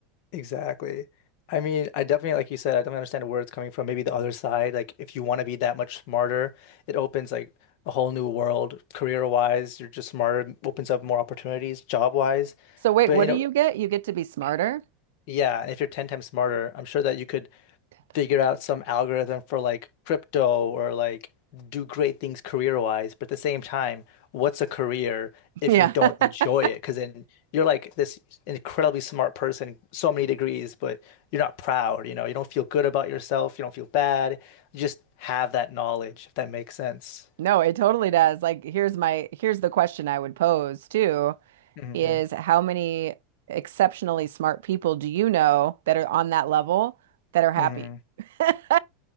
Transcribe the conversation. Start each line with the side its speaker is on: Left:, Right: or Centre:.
Left: exactly. I mean, I definitely, like you said, I don't understand where it's coming from. Maybe the other side, like if you want to be that much smarter, it opens like a whole new world career-wise. You're just smarter, opens up more opportunities job-wise.
Right: So wait,
Left: But
Right: what
Left: you
Right: do
Left: know,
Right: you get? You get to be smarter?
Left: yeah, and if you're 10 times smarter, I'm sure that you could
Right: <laughs>
Left: figure out some algorithm for like crypto or like do great things career-wise. But at the same time, what's a career if
Right: Yeah.
Left: you don't
Right: <laughs>
Left: enjoy it? Because then you're like this incredibly smart person, so many degrees, but you're not proud, you know, you don't feel good about yourself, you don't feel bad. You just have that knowledge, if that makes sense.
Right: No, it totally does. Like here's my here's the question I would pose too
Left: hmm
Right: is how many exceptionally smart people do you know that are on that level that are happy?
Left: hmm
Right: <laughs>